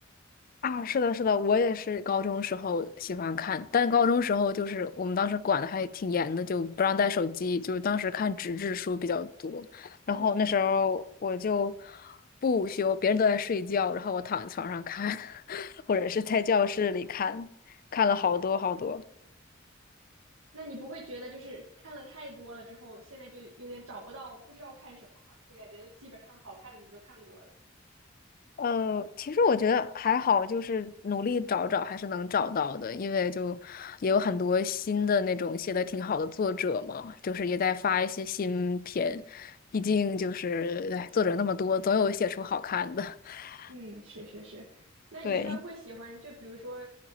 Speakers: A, on the left; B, on the right.
A: 啊，是的，是的，我也是高中时候喜欢看，但高中时候就是我们当时管的还挺严的，就不让带手机，就是当时看纸质书比较多。
B: 嗯，
A: 然后那时候我就不午休，别人都在睡觉，然后我躺在床上看，<laughs> 或者是在教室里看，看了好多好多。
B: 那你不会觉得就是看了太多了之后，现在就有点找不到不知道看什么了，就感觉基本上好看的你都看过了。
A: 呃，其实我觉得还好，就是努力找找还是能找到的，因为就也有很多新的那种写的挺好的作者嘛，就是也在发一些新片，毕竟就是，哎，作者那么多，总有写出好看的。<laughs>
B: 嗯，是是是。那你一般会喜欢，
A: 对。
B: 就比如说，